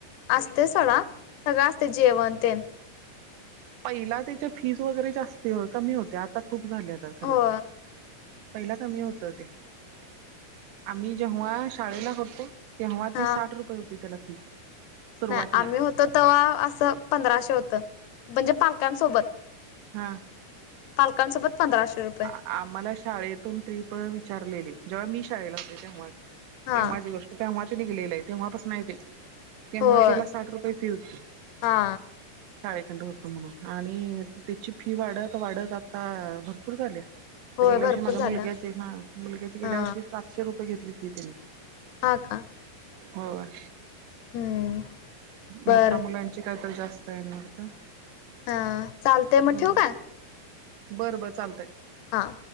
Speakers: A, on the left (about 80°); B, on the right (about 80°).
A: असतंय सोडा सगळं असतंय जेवण तेन
B: पहिला त्याच्या फीस वगैरे जास्ती कमी होत्या आता खूप झाल्या तर खरं.
A: हो
B: पहिला कमी होतं ते आम्ही जेव्हा शाळेला होतो तेव्हा
A: हा
B: ती साठ रुपये होती त्याला फी सुरुवातीला.
A: नाही आम्ही होतो तवा असं पंधराशे होतं म्हणजे पालकांसोबत.
B: हां.
A: पालकांसोबत पंधराशे रुपये
B: आम्हाला शाळेतून ट्रिप विचारलेली जेव्हा मी शाळेला होते तेव्हा
A: हा
B: तेव्हाची गोष्ट. तेव्हा ते निघलेलं ये तेव्हापासन ये ते तेव्हा
A: होय
B: तिला साठ रुपये फी होती.
A: हा
B: शाळेकडनं होतं म्हणून आणि त्याची फी वाढत वाढत आता भरपूर झाल्या. आता
A: होय
B: गेल्या
A: भरपूर
B: वर्षी माझ्या
A: झालं
B: मुलग्याची हां मुलग्याची गेल्या
A: हा
B: वर्षी सातशे रुपये घेतली फी त्यांनी.
A: हां का?
B: होय.
A: हम्म बर
B: मोटा मुलांची कायतर जास्त आहे न वाटतं.
A: हा चालतय मग
B: हो
A: ठेवू का?
B: बरं बरं चालतंय.
A: हां